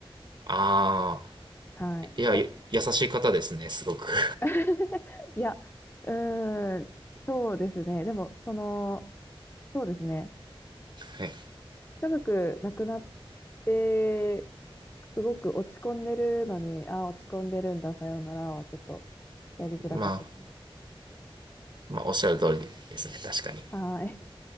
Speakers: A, on the right; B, on the left.
A: ああ。
B: はい。
A: いや、
B: さい
A: や優しい方ですね、すごく。<laughs>
B: <laughs> いや、うーん、そうですね。でも、その、そうですね。
A: はい。
B: 家族亡くなって、すごく落ち込んでるのに、あ落ち込んでるんだ、さようならはちょっとやりづらかったですね。
A: <laughs> まあ、まあ、おっしゃる通りですね、確かに。
B: はーい。